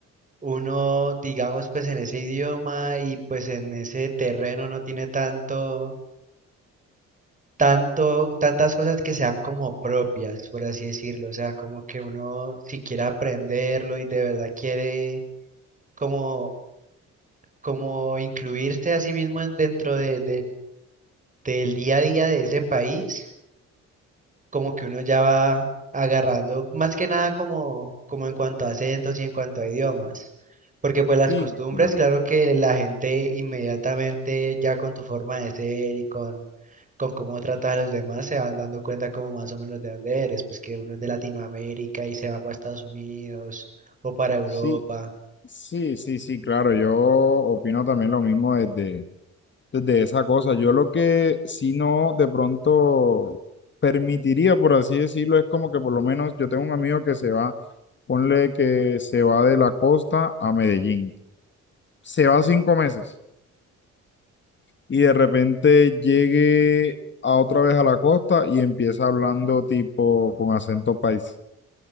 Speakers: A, on the right; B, on the left.
A: uno, digamos, pues en ese idioma y pues en ese terreno no tiene tanto, tanto, tantas cosas que sean como propias, por así decirlo, o sea, como que uno si quiere aprenderlo y de verdad quiere como, como incluirse a sí mismo en- dentro de, del día a día de ese país, como que uno ya va agarrando, más que nada como, como en cuanto a acentos y en cuanto a idiomas. Porque pues las
B: Sí,
A: costumbres,
B: claro.
A: claro que la gente inmediatamente ya con tu forma de ser y con, con cómo tratas a los demás se van dando cuenta como más o menos de dónde eres, pues que uno es de Latinoamérica y se va para Estados Unidos o para Europa.
B: Sí, Sí, sí, sí, claro, yo opino también lo mismo desde, desde esa cosa. Yo lo que si no de pronto permitiría, por así decirlo, es como que por lo menos yo tengo un amigo que se va, ponle que se va de la costa a Medellín, se va cinco meses y de repente llegue a otra vez a la costa y empieza hablando tipo con acento paisa.